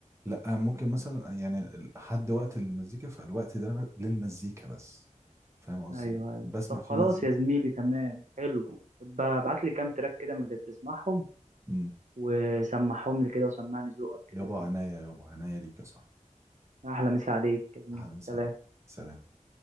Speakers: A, on the right; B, on the right.
A: لا ممكن مثلا يعني حد وقت المزيكا فالوقت ده للمزيكا بس فاهم قصدي
B: ايوه
A: إيه؟
B: ايوه
A: بسمع
B: طب
A: فيه
B: خلاص
A: مزيكا
B: يا زميلي تمام حلو ابعت لي كام تراك كده من اللي بتسمعهم
A: إمم.
B: وسمعهم لي كده وسمعني ذوقك كده
A: يابا
B: يا زميلي
A: عناية يابا عناية ليك يا صاحبي
B: احلى مسا عليك يا زميلي
A: أهلا وسهلا
B: سلام
A: سلام